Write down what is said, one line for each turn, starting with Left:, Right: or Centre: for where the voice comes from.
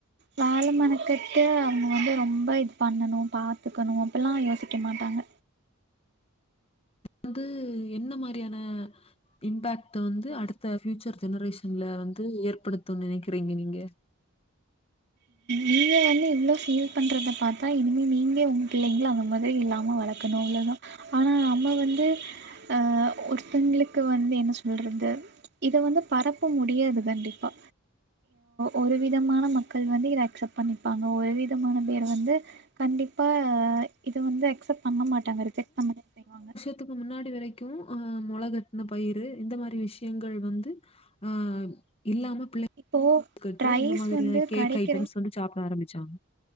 Right: யால மனக்கெட்டு இங்க வந்து ரொம்ப இது பண்ணணு பார்த்துக்கணு அப்பில்லா யோசிக்க மாட்டாங்க
Left: வந்து என்ன மாறியான இம்பேக்ட்ட வந்து அடுத்த ஃபியூச்சர் ஜெனரேஷன்ல வந்து ஏற்படுத்தும்னு நினைக்கிறீங்க நீங்க
Right: நீங்க வந்து இவ்ளோ ஃபீல் பண்றத பாத்தா இனிமே நீங்க உங்க பிள்ளைங்கள அவங்க மாறி இல்லாம வளக் க்கணு அவ்ளதா ஆனா நம்ம வந்து அ ஒருத்தங்களுக்கு வந்து என்ன சொல்றது இது வந்து பரப்ப முடியாது கண்டிப்பா ஒரு விதமான ம க்கள் வந்து இத அக்செப்ட் பண்ணிப்பாங்க ஒரு விதமான பேர் வந்து கண்டிப்பா இத வந்து அக்செப்ட் பண்ண மாட்டாங்க ரிஜெக்ட் பண்ண தான் செய்வாங்க
Left: த்துக்கு முன்னாடி வரைக்கு அ முளகட்ன பயிரு இந்த மாறி விஷ்யங்கள் வந்து ஆ இல்லாம பிள்ள
Right: இப்போ
Left: ட்டு
Right: ரைஸ்
Left: இந்த மாதிரியான
Right: வந்து
Left: கேக்
Right: கடைக்கிற
Left: ஐட்டம்ஸ் வந்து சாப்பிட ஆரம்பிச்சாங்